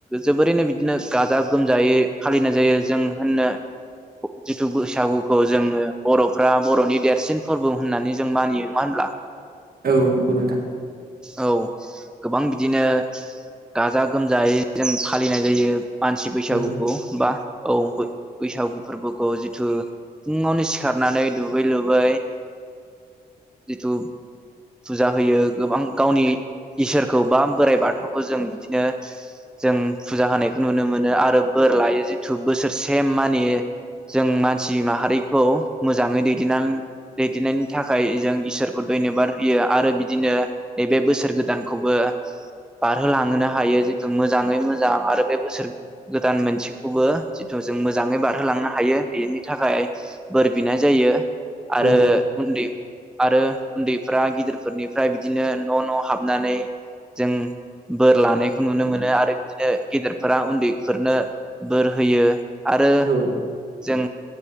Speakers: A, in the centre; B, on the right.
A: जोबोरैनो बिदिनो गाजा गोमजायै फालिनाय जायो जों होननो जिथु बैसागुखौ जोङो बर'फ्रा बर'नि देरसिन फोरबो होननानै जों मानियो नङा होनब्ला।
B: औ नंगौ नोंथां
A: औ गोबां बिदिनो गा जा गोमजायै जों फालिनाय जायो। मानसि बैसागुखौ
B: औ
A: बा। औ बै-बैसागु फोरबोखौ जिथु फुङावनो सिखारनानै दुगै लोबै जिथु फुजा होयो गोबां गावनि इसोरखौ बा बोराइ बाथौखौ जों। दिनो जों फुजा होनायखौ नुनो मोनो आरो बोर लायो जिथु बोसोरसे माने जों मानसि माहारिखौ मोजाङै दैदेननान दैदेननायनि थाखाय जों इसोरखौ धन्यबाद होयो आरो बिदिनो एबे बोसोर गोदानखौबो बारहोलांहोनो हायो जिथु मोजाङै मोजां आरो बे बोसोर गोदान मोनसेखौबो जिथु जों मोजाङै बारहोलांनो हायो बेनि थाखाय बोर बिनाय जायो। आरो
B: औ
A: उन्दै आरो उन्दैफ्रा गिदिरफोरनिफ्राय बिदिनो न' न' हाबनानै जों बोर लानायखौ नुनो मोनो आरो बिदिनो गेदेरफोरा उन्दैफोरनो बोर होयो। आरो
B: औ
A: जों